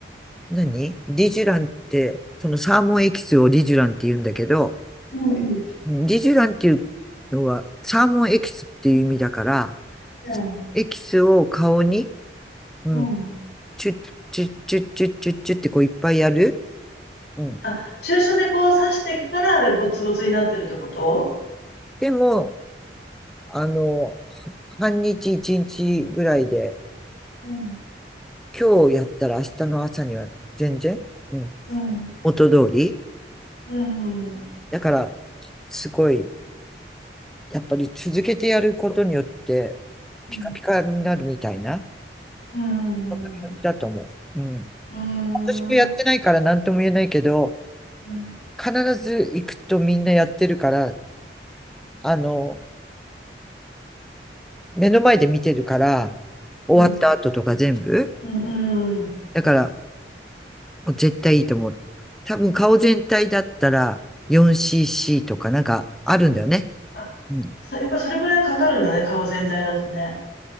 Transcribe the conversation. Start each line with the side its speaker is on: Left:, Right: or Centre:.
Centre: 何リジュランって、そのサーモンエキスをリジュランって言うんだけど、
Left: うんうん
Centre: うんリジュランっていうのはサーモンエキスっていう意味だから、
Left: うん。
Centre: エキスを顔に、うん、
Left: うん。
Centre: チュッチュッチュッチュッチュッチュッってこういっぱいやる。うん。
Left: あ、注射でこう刺していくからあれボツボツになってるってこと
Centre: でも、あの、半日一日ぐらいで、
Left: うん。
Centre: 今日やったら明日の朝には全然、うん、
Left: うん。
Centre: 元通り。
Left: うん。うん。
Centre: だから、すごいやっぱり続けてやることによって、
Left: うん。
Centre: ピカピカになるみたいな、
Left: うん。
Centre: そんな感じだと思う。
Left: うん。
Centre: うん。
Left: うん。
Centre: 私もやってないから何とも言えないけど、
Left: うん、
Centre: 必ず行くとみんなやってるから、あの、目の前で見てるから、終わった後とか全部。
Left: うん、うん、うんうん
Centre: だから、もう絶対いいと思う。多分顔全体だったら 4cc とかなんかあるんだよね。
Left: あ、
Centre: うん
Left: そ、やっぱりそれぐらいかかるんだね、顔全体だとね。